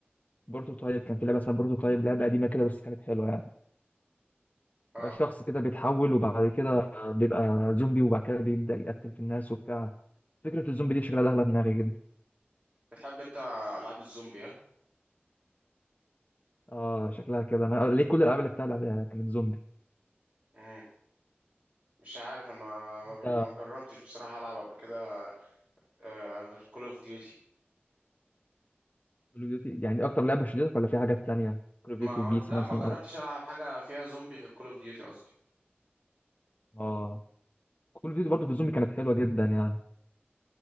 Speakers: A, on the left; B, on the right.
A: بروتوتايب كان في لعبه اسمها بروتوتايب لعبه قديمه كده بس كانت حلوه يعني
B: اه
A: بيبقى الشخص كده بيتحول وبعد كده بيبقى زومبي وبعد كده بيبدا يقتل في الناس وبتاع فكره الزومبي دي شكلها داخله في دماغي جدا
B: بتحب انت العاب الزومبي ها
A: اه شكلها كده انا ليه كل الالعاب اللي بتلعبها كانت زومبي
B: امم مش عارف انا ما, ب...
A: انت
B: ما جربتش بصراحة العب قبل كده آه غير كول اوف ديوتي
A: كول اوف ديوتي يعني دي اكتر لعبه شديدة ولا في حاجات تانية كول اوف
B: ما
A: ديوتي
B: عمل...
A: بيس
B: لا
A: مثلا
B: ما جربتش
A: او
B: العب حاجة فيها زومبي غير كول اوف ديوتي قصدي
A: اه كول اوف ديوتي برضه في الزومبي كانت حلوه جدا يعني